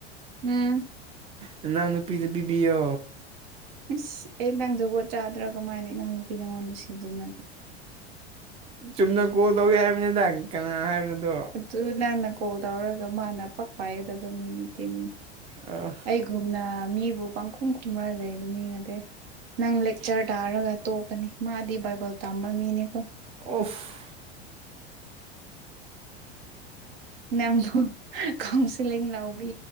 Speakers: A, on the right; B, on the right.
A: ꯎꯝ
B: ꯅꯅꯥꯎꯅꯨꯄꯤꯗꯨ ꯄꯤꯕꯤꯌꯣ
A: ꯑꯩꯁ ꯑꯩ ꯅꯪ ꯖꯨꯒꯣꯠ ꯆꯗ꯭ꯔꯥꯒ ꯀꯃꯥꯏꯅ ꯏꯅꯥꯎ ꯅꯨꯄꯤ ꯅꯪꯉꯣꯟꯗ ꯁꯤꯖꯤꯅ
B: ꯆꯨꯝꯅ ꯀꯣꯜ ꯇꯧꯒꯦ ꯍꯥꯏꯕꯅꯤꯗ ꯀꯅꯥ ꯍꯥꯏꯕꯅꯣꯗꯣ
A: ꯑꯗꯨ ꯅꯪꯅ ꯀꯣꯜ ꯇꯧꯔꯒ ꯃꯥꯅ ꯄꯛ ꯄꯥꯏꯒꯗꯕ ꯃꯤ ꯅꯠꯇꯦꯅꯦ
B: ꯑ
A: ꯑꯩꯒꯨꯝꯅ ꯃꯤꯕꯨ ꯄꯥꯡꯈꯨꯝ ꯈꯨꯝꯃꯒ ꯂꯩꯕ ꯃꯤꯅꯠꯇꯦ꯫ ꯅꯪ ꯂꯦꯛꯆꯔ ꯇꯥꯔꯒ ꯇꯣꯛꯀꯅꯤ ꯃꯥꯗꯤ ꯕꯥꯏꯕꯜ ꯇꯝꯕ ꯃꯤꯅꯤꯀꯣ꯫
B: ꯑꯣꯐ꯫
A: ꯅꯪꯁꯨ ꯀꯥꯎꯟꯁꯤꯂꯤꯡ ꯂꯧꯕꯤ꯫